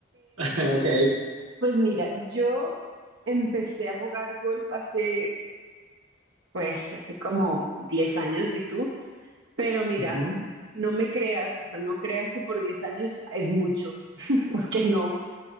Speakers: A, on the right (about 90°); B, on the right (about 60°).
A: <laughs> Ok.
B: Pues mira, yo empecé a jugar golf hace, pues, hace como 10 años, ¿y tú? Pero mira,
A: Ujú.
B: no me creas, o sea, no creas que por 10 años es mucho, <laughs> porque no.